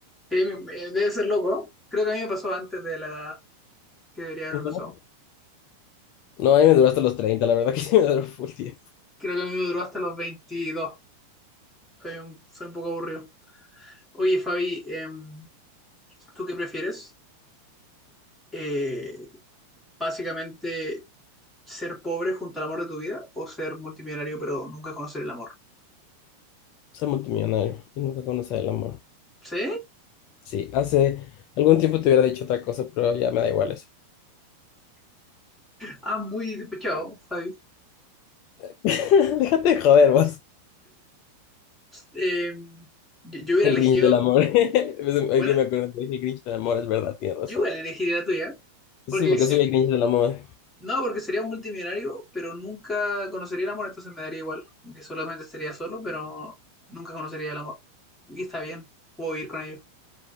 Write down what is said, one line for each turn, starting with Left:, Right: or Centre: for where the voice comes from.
Centre: Sí, me- me- debe ser loco. ¿no? Creo que a mí me pasó antes de la edad que debería haberme
Left: Ujú.
Centre: pasado.
Left: No, ahí me duraste los 30, la verdad que <laughs> sí me duró full tiempo.
Centre: Creo que a mí me duró hasta los veintidós Soy un, soy un poco aburrido. Oye, Fabi, em, ¿tú qué prefieres? Eh, básicamente, ¿ser pobre junto al amor de tu vida o ser multimillonario pero nunca conocer el amor?
Left: Ser multimillonario y nunca conocer el amor.
Centre: ¿Sí?
Left: Sí, hace algún tiempo te hubiera dicho otra cosa, pero ya me da igual eso.
Centre: Ah, muy despechado, Fabi.
Left: <laughs> Déjate de joder, vos.
Centre: Eh, yo, yo hubiera
Left: El
Centre: elegido,
Left: Grinch del amor. <laughs> Hoy
Centre: bueno,
Left: día me acuerdo que dije el Grinch del amor, es verdad, tienes razón.
Centre: yo igual elegiría la tuya, porque,
Left: Sí, porque
Centre: Sí,
Left: soy el Grinch del amor.
Centre: no, porque sería un multimillonario, pero nunca conocería el amor, entonces me daría igual, como que solamente estaría solo, pero nunca conocería el amor. Y está bien, puedo vivir con ellos.